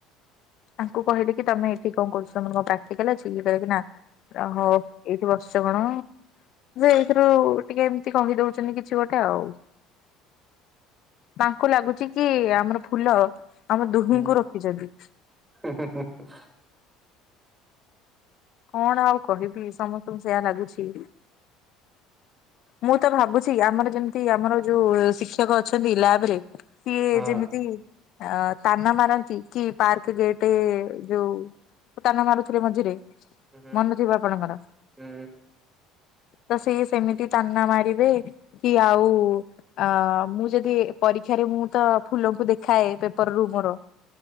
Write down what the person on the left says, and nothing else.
ତାଙ୍କୁ କହିଲେ କି ତମେ ଏଠି କଣ କରୁଛ, ତମର ପ୍ରାକ୍ଟିକାଲ ଅଛି କି ସେ କହିଲା ନା, ହୋ। ଏଇଠି ବର୍ଷେ କଣ ଏଇଥିରୁ ଟିକେ ଏମିତି କହି ଦଉଚନ୍ତି କିଛି ଗୋଟେ ଆଉ। ତାଙ୍କୁ ଲାଗୁଛି କି ଆମର ଫୁଲ ଆମ ଦୁହିଁଙ୍କୁ
ରଖିଚନ୍ତି।
କଣ ଆଉ କହିବି ସମସ୍ତଙ୍କୁ ସେୟା ଲାଗୁଚି। ମୁଁ ତ ଭାବୁଚି ଆମର ଯେମିତ ଆମର ଯୋଉ ଶିକ୍ଷକ ଅଛନ୍ତି ଲ୍ୟାବ ରେ ସିଏ
ଯେମିତି ଅ ତାନା ମାରନ୍ତି କି ପାର୍କ ଗେଟ ଯୋଉ ତାନା ମାରୁଥିଲେ ମଝିରେ
ମନେଥିବ ଆପଣଙ୍କର।
ତ ସିଏ ସେମିତି ତାନା ମାରିବେ କି ଆଉ ଅ ମୁଁ ଯଦି ପରୀକ୍ଷାରେ ମୁଁ ତ ଫୁଲଙ୍କୁ ଦେଖାଏ ପେପର ରୁ ମୋର।